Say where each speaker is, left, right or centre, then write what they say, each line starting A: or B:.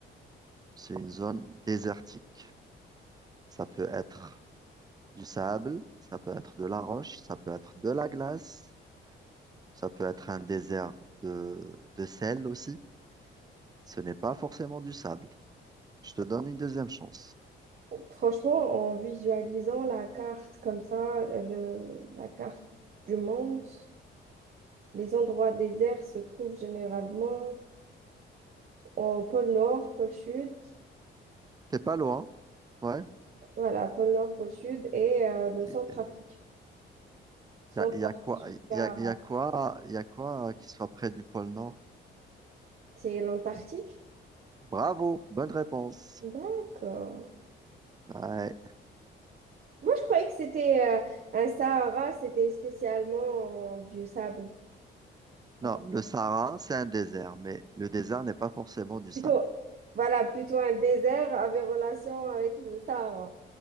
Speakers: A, on the right; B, on the right.
A: C'est une zone désertique. Ça peut être du sable, ça peut être de la roche, ça peut être de la glace, ça peut être un désert de, de sel aussi. Ce n'est pas forcément du sable. Je te donne une deuxième chance.
B: Franchement, en visualisant la carte comme ça, euh, le, la carte du monde, les endroits déserts se trouvent généralement au pôle Nord, pôle Sud
A: T'es pas loin, ouais.
B: Voilà, pôle Nord, pôle Sud et euh, le
A: Il
B: Centre-Afrique. Centre-Afrique
A: y a, y a quoi,
B: jusqu'à...
A: y a, y a quoi, y a quoi euh, qui soit près du pôle Nord?
B: C'est l'Antarctique?
A: Bravo, bonne réponse.
B: D'accord.
A: Ouais.
B: Moi, je croyais que c'était euh, un Sahara, c'était spécialement euh, du sable.
A: Non,
B: Enfin,
A: le Sahara, c'est un désert, mais le désert n'est pas forcément du
B: plutôt,
A: sable.
B: voilà, plutôt un désert avait relation avec le Sahara.